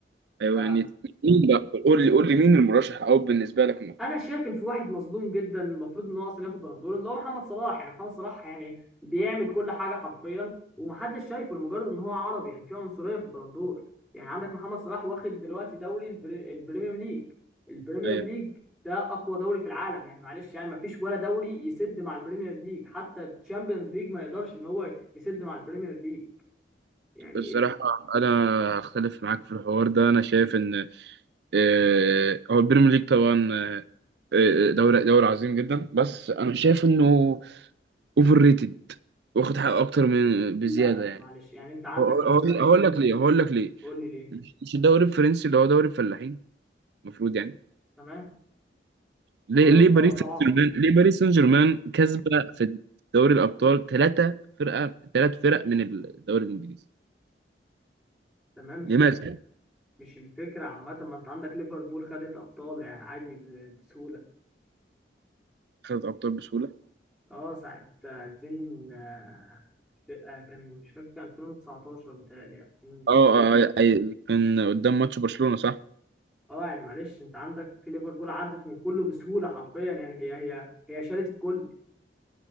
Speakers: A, on the right (about 65°); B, in the centre.
A: ايوه
B: ف
A: يعني مين بقى قول لي قول لي مين المرشح او بالنسبه لك انه ياخد
B: انا
A: البالون
B: شايف
A: دور
B: ان في واحد مظلوم جدا المفروض ان هو اصلا ياخد بالون دور اللي هو محمد صلاح يعني محمد صلاح يعني بيعمل كل حاجه حرفيا ومحدش شايفه لمجرد ان هو عربي يعني في عنصريه في البالون دور يعني عندك محمد صلاح واخد دلوقتي دوري البر- البريمير ليج البريمير
A: ايوه
B: ليج ده اقوى دوري في العالم يعني معلش يعني مفيش ولا دوري يسد مع البريمير ليج حتى الشامبيونز ليج ما يقدرش ان هو يسد مع البريمير ليج يعني
A: الصراحه
B: ال...
A: انا هختلف معاك في الحوار ده انا شايف ان آه، هو البريمير ليج طبعا آه، آه، دوري دوري عظيم جدا بس انا شايف انه اوفر ريتد واخد حقه اكتر من بزياده
B: لا لا
A: يعني
B: معلش يعني انت عندك
A: هو-
B: مثلا
A: هو- هقول لك ليه هقول لك ليه
B: قول لي ليه
A: مش مش الدوري الفرنسي اللي هو دوري الفلاحين المفروض يعني
B: تمام
A: ليه
B: هو دوري
A: ليه
B: ضع-
A: باريس
B: ضعاف
A: سان جيرمان ليه باريس سان جيرمان كسبه في دوري الابطال ثلاثه فرقه ثلاث فرق من الدوري الانجليزي
B: تمام هي
A: لماذا
B: مش الفكرة عامة ما انت عندك ليفربول خدت أبطال يعني عادي ب- بسهولة
A: خدت ابطال بسهوله
B: اه ساعة 2000 آه، آه، كان مش فاكر كان 2019 متهيألي 2000
A: اه آه، آه، آه، كان قدام ماتش برشلونه صح
B: اه يعني معلش انت عندك في ليفربول عدت من كله بسهولة حرفيا يعني هي هي هي شالت الكل